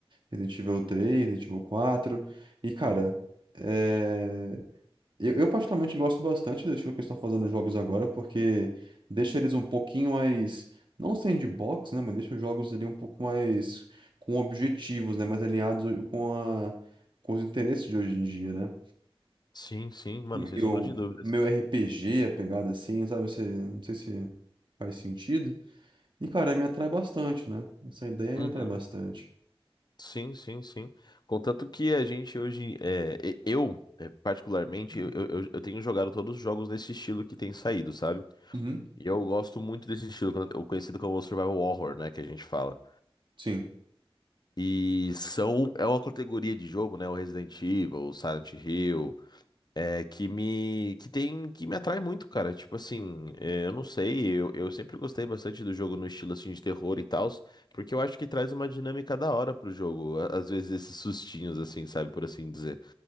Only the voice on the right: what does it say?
Resident Evil três Resident Evil quatro E, cara. é, Eu, eu particularmente gosto bastante do estilo que eles estão fazendo nos jogos agora, porque deixa eles um pouquinho mais, não sandbox, né, mas deixa os jogos ali um pouco mais com objetivos, né, mais alinhados com a, com os interesses de hoje em dia, né?
Meu,
meu RPG, a pegada assim, sabe, você, não sei se faz sentido. E, cara, me atrai bastante, né? Essa ideia
me atrai bastante.
Uhum.
Sim.